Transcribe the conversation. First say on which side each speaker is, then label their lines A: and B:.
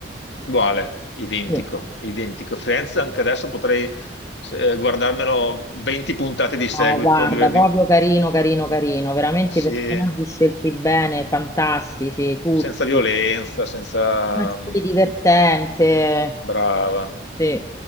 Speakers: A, on the left; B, on the left.
A: Uguale, identico,
B: Sì.
A: identico. Friends, anche adesso potrei eh, guardarmelo 20 puntate di seguito,
B: No, guarda,
A: di- di-
B: proprio carino, carino, carino, veramente
A: sì,
B: i personaggi scelti bene, fantastici, tutti.
A: senza violenza, senza...
B: Eh
A: mm,
B: Sì, divertente,
A: brava.
B: sì,